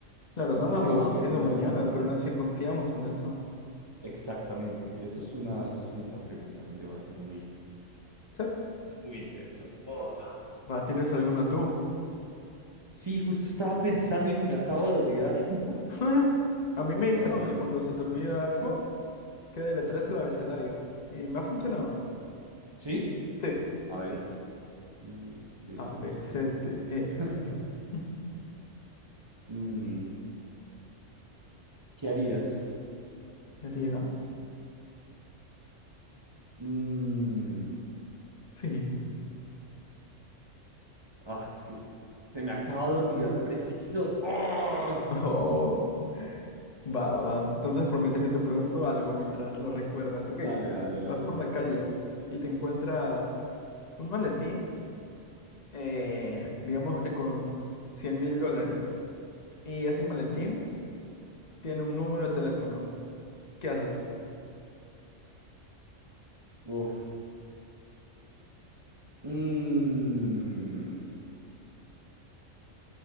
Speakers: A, on the left; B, on the right.
A: Claro, no nos
B: que
A: lo
B: va a haber
A: hizo
B: un
A: mañana,
B: mañana.
A: pero aún así confiamos en eso.
B: Exactamente. Esto es una, es una pregunta, un debate muy,
A: Sí.
B: muy intenso. Oh.
A: Va, ¿tienes alguna tú?
B: Sí, justo estaba pensando y se me acaba de olvidar. <laughs>
A: <laughs> A mí me
B: Pero
A: dijeron
B: vale, vale.
A: que cuando se te olvida algo, que deletrees el abecedario. Y me ha funcionado.
B: ¿Sí?
A: Sí.
B: A ver. Mm, D, C,
A: A,
B: D,
A: B, C,
B: E.
A: D, E,
B: <laughs>
A: F, G. <laughs>
B: Mm, ¿qué harías?
A: ¿Qué haría?
B: Mm,
A: Sí.
B: Ah, es que se me acaba de olvidar preciso. ¡Ah!
A: Oh, va, va, va. Entonces, por mientras yo te pregunto algo, mientras lo recuerdas, ok.
B: Dale, dale, dale.
A: Vas por la calle y te encuentras un maletín, eh, digamos que con cien mil dólares. Y ese maletín tiene un número de teléfono. ¿Qué haces?
B: Uf. Mm,